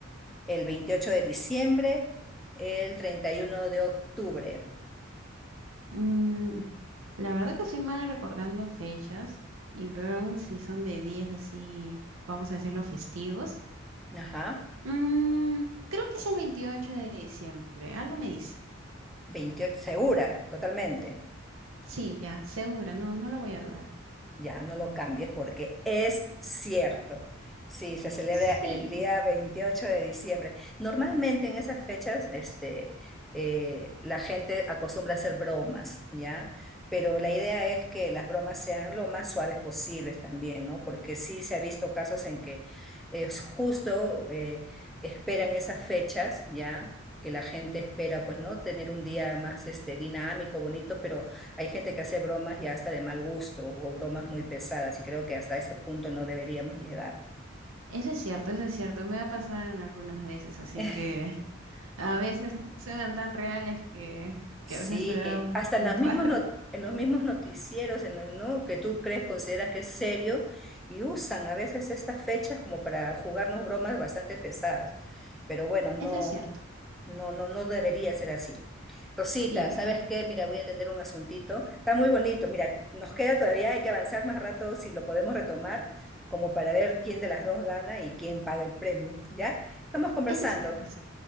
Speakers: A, in the centre; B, on the right (about 70°).
A: el 28 de diciembre, el 31 de octubre.
B: mm, la verdad que soy mala recordando fechas y peor aún si son de días así, vamos a decirlo, festivos.
A: Ajá.
B: Mm, creo que es el 28 de diciembre, algo me dice.
A: 28, segura, totalmente.
B: Sí, ya, segura, no, no lo voy a dudar.
A: Ya, no lo cambies porque es cierto. Sí, se celebra
B: Sí,
A: el día 28 de diciembre. Normalmente en esas fechas, este, eh, la gente acostumbra a hacer bromas, ¿ya? Pero la idea es que las bromas sean lo más suaves posibles también, ¿no? Porque sí se ha visto casos en que es justo eh, esperan esas fechas, ¿ya? que la gente espera, pues, ¿no? Tener un día más este, dinámico, bonito, pero hay gente que hace bromas ya hasta de mal gusto o bromas muy pesadas y creo que hasta ese punto no deberíamos llegar.
B: eso es cierto, eso es cierto, me ha pasado en algunas veces, así
A: <laughs>
B: que <laughs> a veces suenan tan reales que,
A: Sí,
B: que a veces te da un,
A: hasta en
B: un
A: las
B: paro.
A: mismas no- en los mismos noticieros, en el- ¿no? que tú crees, consideras que es serio, y usan a veces estas fechas como para jugarnos bromas bastante pesadas. Pero bueno, no,
B: Eso es cierto,
A: No, no, no debería ser así. Rosita,
B: sí,
A: ¿sabes qué? Mira, voy a atender un asuntito. Está muy bonito. Mira, nos queda todavía, hay que avanzar más rato si lo podemos retomar, como para ver quién de las dos gana y quién paga el premio. ¿Ya? Estamos conversando.
B: eso es cierto, sí.